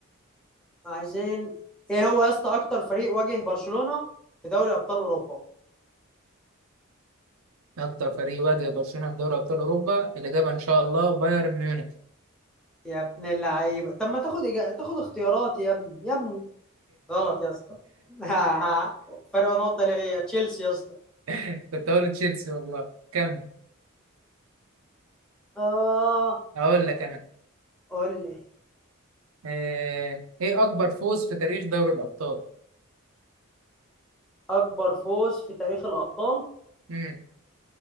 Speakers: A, in the centre; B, on the right (about 70°).
A: عايزين ايه هو يا اسطى اكتر فريق واجه برشلونة في دوري ابطال اوروبا
B: أكتر فريق واجه برشلونة في دوري أبطال أوروبا الإجابة إن شاء الله بايرن ميونخ
A: يا ابن اللعيبه طب ما تاخد إجا... تاخد اختيارات يا ابني يا ابني غلط يا اسطى <laughs> فرق نقطة ليا تشيلسي يا اسطى
B: <laughs> كنت هقول تشيلسي والله كمل
A: اه
B: أقول لك أنا
A: قول لي
B: آه، إيه أكبر فوز في تاريخ دوري الأبطال؟
A: اكبر فوز في تاريخ الابطال
B: مم.